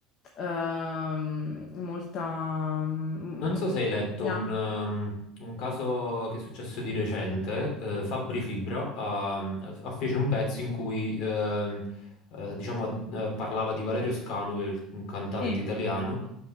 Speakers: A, on the left; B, on the left.
A: ehm, molta mm,
B: Non
A: mo-
B: so se hai letto
A: yeah.
B: un, um, un caso che è successo di recente, eh, Fabri Fibra ha, ha fece un pezzo in cui ehm, eh, diciamo, eh, parlava di Valerio Scanu, che è un cantante
A: Sì.
B: italiano,